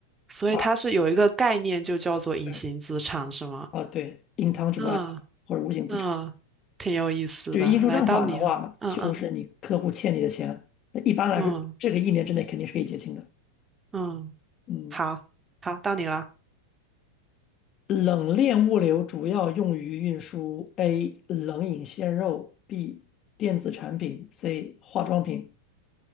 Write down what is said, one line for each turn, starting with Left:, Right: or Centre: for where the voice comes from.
Right: 所以它是有一个概念就叫做隐形资产，
Left: 啊，呃对，
Right: 是吗？
Left: 啊对，intangible
Right: 嗯
Left: asset 或者无形资产。
Right: 嗯，挺有意思的。
Left: 对于应收账款的话，
Right: 来到你了，嗯嗯
Left: 就是你客户欠你的钱，那一般来说，
Right: 嗯
Left: 这个一年之内肯定是可以结清的。
Right: 嗯，
Left: 嗯，
Right: 好好，到你了。
Left: 冷链物流主要用于运输：A. 冷饮鲜肉；B. 电子产品；C. 化妆品。